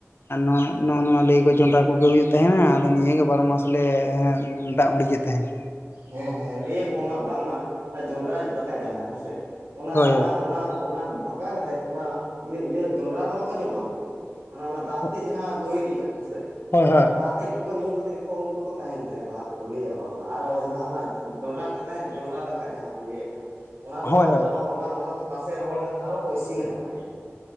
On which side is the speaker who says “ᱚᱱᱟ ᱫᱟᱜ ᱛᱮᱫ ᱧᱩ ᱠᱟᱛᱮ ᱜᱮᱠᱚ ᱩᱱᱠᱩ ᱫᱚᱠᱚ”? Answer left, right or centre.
Right